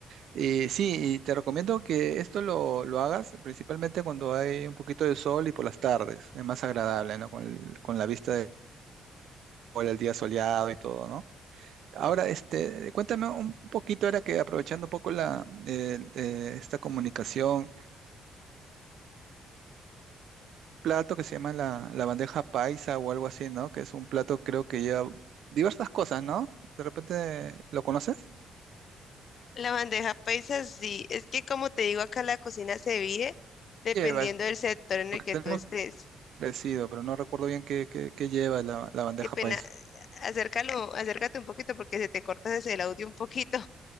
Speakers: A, on the right; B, on the left.
A: Y sí, y te recomiendo que esto lo, lo hagas principalmente cuando hay un poquito de sol y por las tardes, es más agradable, ¿no? Con, el- con la vista del sol, el día soleado y todo, ¿no? Ahora, este, cuéntame un poquito, ahora que aprovechando un poco la, el, eh, esta comunicación, plato que se llama la, la bandeja paisa o algo así, ¿no? Que es un plato creo que lleva diversas cosas, ¿no? ¿De repente lo conoces?
B: La bandeja paisa, sí, es que como te digo, acá la cocina se vive dependiendo
A: Lleva,
B: del sector en
A: porque
B: el que
A: tenemos
B: tú estés.
A: parecido, pero no recuerdo bien qué, qué- qué lleva la, la bandeja
B: Qué pena,
A: paisa.
B: acércalo, acércate un poquito porque se te corta desde el audio un poquito.